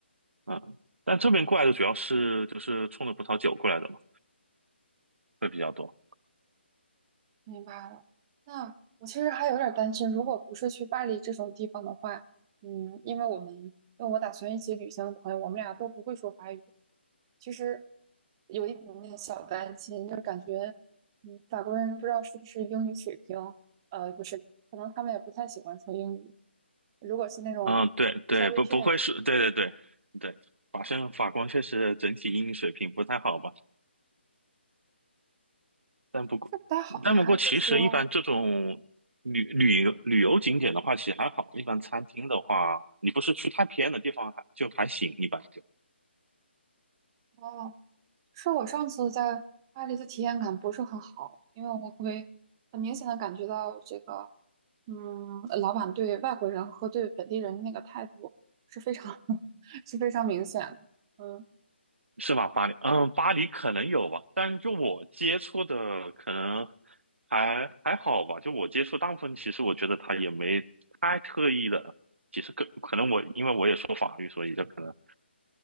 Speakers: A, on the right; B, on the right.
A: 嗯。但这边过来的主要是就是冲着葡萄酒过来的嘛，会比较多。
B: 明白了。那我其实还有点儿担心，如果不是去巴黎这种地方的话，嗯，因为我们因为我打算一起旅行的朋友，我们俩都不会说法语，其实有一点点小担心，就感觉，嗯，法国人不知道是不是英语水平，呃，不是，可能他们也不太喜欢说英语。如果是那种稍微偏远，
A: 嗯，对对，不不会是，对对对对，法生法官确实整体英语水平不太好吧，但不过
B: 是不太好呢，
A: 但不过其实一般这种旅旅游旅游景点的话，
B: 还是说，
A: 其实还好，一般餐厅的话，你不是去太偏的地方还就还行一般。就。
B: 哦，是我上次在巴黎的体验感不是很好，因为我会很明显的感觉到这个，嗯，老板对外国人和对本地人那个态度是非常 <laughs> 是非常明显的。嗯
A: 是吧？巴黎，嗯，巴黎可能有吧，但就我接触的可能还还好吧。就我接触大部分，其实我觉得他也没太特意的。其实可可能我因为我也说法语，所以就可能，